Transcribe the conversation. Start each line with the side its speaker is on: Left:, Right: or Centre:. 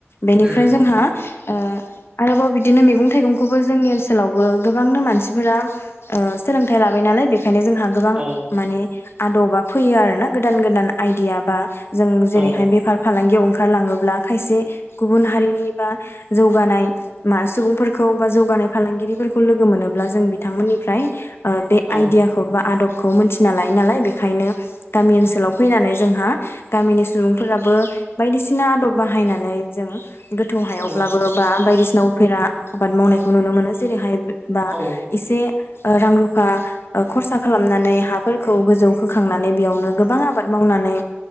Left: बेनिफ्राय
Right: उम
Left: जोंहा ओ आरोबाव बिदिनो मैगं थाइगंखौबो जोंनि ओनसोलावबो गोबांनो मानसिफोरा ओ सोलोंथाइ लाबाय नालाय बेनिखायनो जोंहा गोबां
Right: औ
Left: माने आदबा फैयो आरोना गोदान गोदान आइदिया बा जों
Right: औ
Left: जेरैहाय बेफार फालांगियाव ओंखारलाङोब्ला खायसे गुबुन हारिनि बा जौगानाय मा सुबुंफोरखौ बा जौगानाय फालांगिरिफोरखौ लोगो मोनोब्ला जों बिथांमोननिफ्राय ओ बे
Right: औ
Left: आइदियाखौ बा आदबखौ मोनथिना लायो नालाय बेखायनो गामि ओनसोलाव फैनानै जोंहा गामिनि सुबुंफोराबो बायदिसिना आदब बाहायनानै जों गो थौ हायावब्लाबो
Right: औ
Left: बा बायदिसिना उफेरा आबाद मावनायखौ नुनो मोनो जेरैहाय बा
Right: औ
Left: एसे ओ रां रुफा ओ खरसा खालामनानै हाफोरखौ गोजौ खोखांनानै बेयावनो गोबां आबाद मावनानै